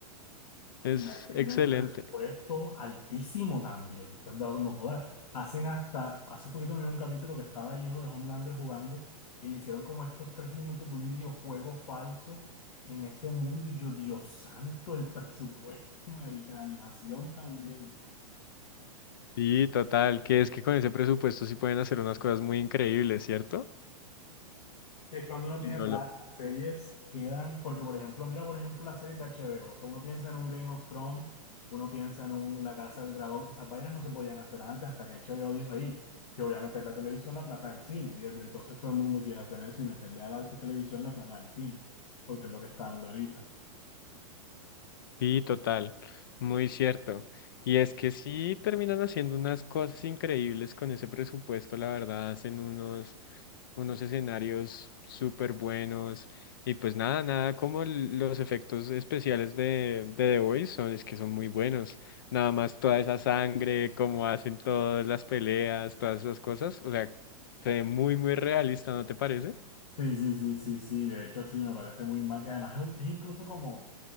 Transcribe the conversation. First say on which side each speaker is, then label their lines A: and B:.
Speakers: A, on the left; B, on the left.
A: <laughs> es
B: Sí, marica, que
A: excelente.
B: tienen un presupuesto altísimo también. Entonces, no, no jodas. Hacen hasta, hace poquito me vi un capítulo que estaba el hijo de Homelander jugando y le hicieron como estos tres minutos de un videojuego falso en ese mundo. Y yo, Dios santo, el presupuesto, <laughs> marica, de animación también.
A: Sí, total, que es que con ese presupuesto sí pueden hacer unas cosas muy increíbles, ¿cierto?
B: Que cuando uno tiene
A: Y no
B: plata,
A: lo-
B: las series quedan, porque por ejemplo, mira por ejemplo las series de HBO, o o sea, uno piensa en un Game of Thrones, uno piensa en un La Casa del Dragón, esas vainas no se podían hacer antes hasta que HBO dijo, hey, yo voy a meter la televisión la plata del cine, y desde entonces todo el mundo quiere hacer eso y meterle a la televisión la plata del cine, porque es lo que está dando ahorita.
A: Sí, total, muy cierto. Y es que sí terminan haciendo unas cosas increíbles con ese presupuesto, la verdad, hacen unos, unos escenarios súper buenos. Y pues nada, nada como l- los efectos especiales de, de The Voice son, es que son muy buenos. Nada más toda esa sangre, cómo hacen todas las peleas, todas esas cosas. O sea, se ve muy, muy realista, ¿no te parece?
B: Sí, sí, sí, sí, sí, de hecho sí, me parece muy mal, y además es, un- es incluso como...